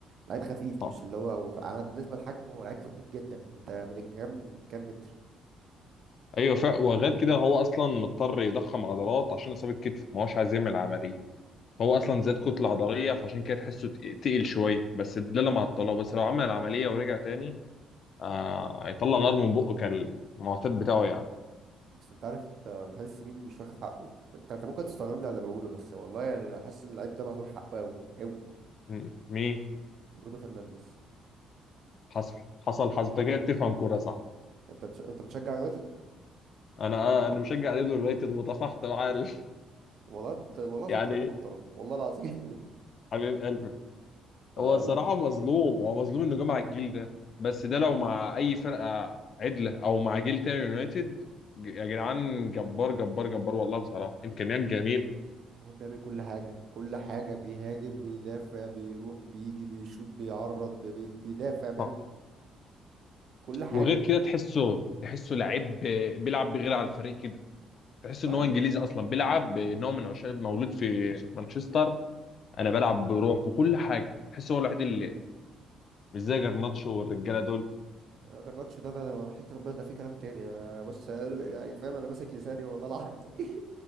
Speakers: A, on the right; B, on the left.
A: لعيب خفيف
B: اه
A: مش اللي هو وف- على بالنسبه لحجمه هو لعيب خفيف جدا يعني انت بلينجهام كام متر
B: أيوة فا وغير كده هو أصلا مضطر يضخم عضلات عشان إصابة كتفه ما هوش عايز يعمل عملية فهو أصلا زاد كتلة عضلية فعشان كده تحسه تق- تقيل شوية بس ده اللي مع الطلاق بس لو عمل العملية ورجع تاني آه هيطلع نار من بقه كالمعتاد بتاعه يعني
A: بس انت عارف انت بحس مين مش واخد حقه انت انت ممكن تستغربني على اللي بقوله بس والله يعني انا حاسس ان اللعيب ده مهدور حقه قوي قوي
B: م- مين
A: برونو فرنانديز
B: حصل حصل حصل انت كده بتفهم كورة صح
A: انت بتش... انت بتشجع يونايتد
B: انا آه، انا مشجع اليوم اليونايتد وتفاحت معاه ال-
A: والله انت والله لازم
B: <laughs> يعني
A: انت راجل محترم والله العظيم
B: حبيب قلبي
A: <laughs>
B: هو
A: لا
B: الصراحه
A: لا
B: مظلوم هو مظلوم انه جه مع الجيل ده بس ده لو مع اي فرقه عدله او مع جيل تاني يونايتد ج- يا جدعان جبار جبار جبار والله بصراحه امكانيات جميله
A: هو بيعمل كل حاجه كل حاجه بيهاجم بيدافع بيروح بيجي بيشوط بيعرض بي... بي- بيدافع بيعمل
B: آه.
A: كل حاجه
B: وغير كده تحسه تحسه لعيب ب- بيلعب بغير على الفريق كده تحس
A: ما
B: ان هو انجليزي اصلا بيلعب نوع من عشاق مولود في مانشستر انا بلعب بروح بكل حاجه تحس هو الوحيد اللي مش زي جرناتشو والرجاله دول
A: جرناتشو ده ده حتى ربنا ده في كلام تاني انا بص يعني فاهم انا ماسك لساني والله العظيم <laughs>